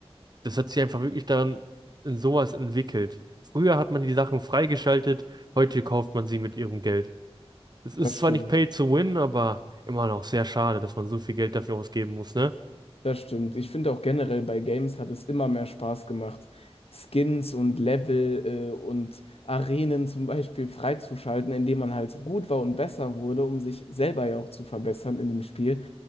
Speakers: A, on the right; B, on the left.
A: Das hat sich einfach wirklich daran in sowas entwickelt. Früher hat man die Sachen freigeschaltet, heute kauft man sie mit ihrem Geld. Es ist
B: das
A: zwar
B: stimmt.
A: nicht pay to win, aber immer noch sehr schade, dass man so viel Geld dafür ausgeben muss, ne?
B: Das stimmt. Ich finde auch generell bei Games hat es immer mehr Spaß gemacht, Skins und Level äh, und Arenen zum Beispiel freizuschalten, indem man halt gut war und besser wurde, um sich selber ja auch zu verbessern in dem Spiel,